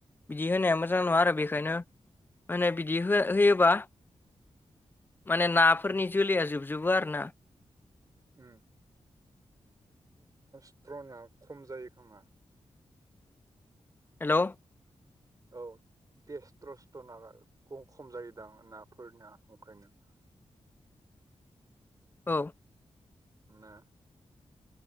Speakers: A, on the left; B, on the right.
A: बिदि होनाया मोजां नङा आरो
B: उम
A: बेखायनो माने बिदि हो-होयोबा माने नाफोरनि जोलैया जोबजोबो आरो ना
B: उम <unintelligible> खम जायो खोमा
A: हेलौ
B: औ टेस्थ्रस्थ्र' नागार खम जायोदां नाफोरनिया ओंखायनो
A: औ
B: ना